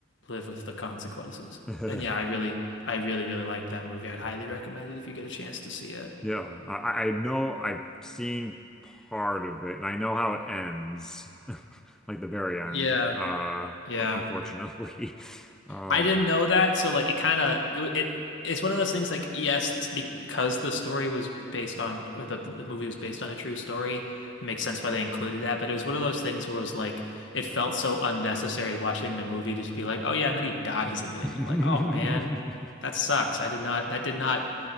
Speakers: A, on the left (about 70°); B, in the centre.
A: live with the consequences.
B: <laughs>
A: And yeah, I really, I really, really liked that movie. I'd highly recommend it if you get a chance to see it.
B: Yeah. I, I I know I've seen part of it and I know how it ends. <laughs> Like the very end,
A: Yeah,
B: uh,
A: yeah.
B: unfortunately. <laughs> Um,
A: I didn't know that, so like it kind of it, w- it it's one of those things like yes, it's because the story was based on or the the movie was based on a true story, it makes sense why they included that. But it was one of those things where it was like it felt so unnecessary watching the movie just be like, oh yeah, and then he dies at the
B: <laughs>
A: end. You're like, oh man, that sucks. I did not that did not